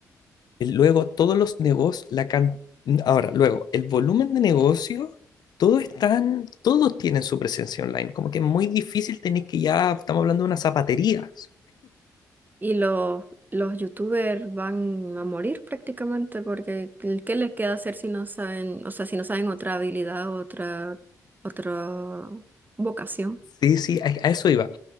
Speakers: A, on the left; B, on the right.
A: el- Luego, todos los negocios, la can- Ahora, luego, el volumen de negocio, todos están, todos tienen su presencia online. Como que es muy difícil tener que ya, estamos hablando de una zapatería.
B: Y los, los youtubers van a morir prácticamente porque ¿qué qué les queda hacer si no saben, o sea, si no saben otra habilidad, otra, otra vocación?
A: Sí, sí, a, a eso iba.